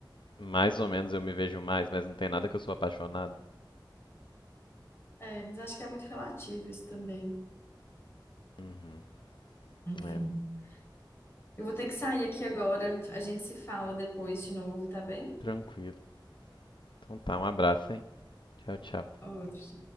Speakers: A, on the left; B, on the left.
A: mais ou menos eu me vejo mais, mas não tem nada que eu sou apaixonado.
B: É, mas acho que é muito relativo isso também.
A: Uhum.
B: Enfim.
A: É,
B: Eu vou ter que sair aqui agora. A gente se fala depois de novo, tá bem?
A: tranquilo. Então tá, um abraço, hein? Tchau, tchau.
B: Outro.